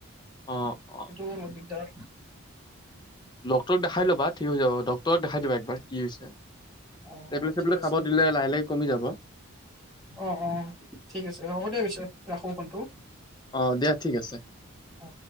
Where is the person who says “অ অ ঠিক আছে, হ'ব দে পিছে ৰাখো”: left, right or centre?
Centre